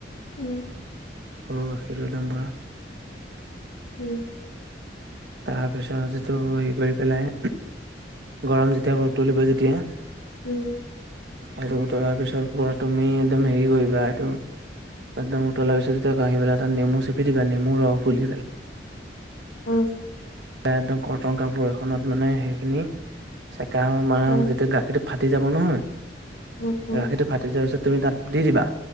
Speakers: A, on the left (about 80°); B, on the right (about 65°).
A: উম।
B: অ গাখীৰ বাদাম পোৰা
A: উম।
B: তাৰপিছত এইটো হে কৰি পেলাই গৰম যেতিয়া উতলিব যেতিয়া
A: উম।
B: এইটো উতলাৰ পিছত পৰা তুমি একদম হেৰি কৰিবা এইটো তাত উতলাৰ পিছত আহি পেলাই তাত নেমু চেপি দিবা নেমু ৰস বুলি পেলাই
A: উম।
B: একদম কৰ্তন কাপোৰ এখনত মানে সেইখিনি চাকি গৱৰ মা
A: উম
B: যেতিয়া গাখীৰটো ফাটি যাব নহয়
A: উম উম
B: গাখীৰটো ফাটি যোৱাৰ পিছত তুমি তাত দি দিবা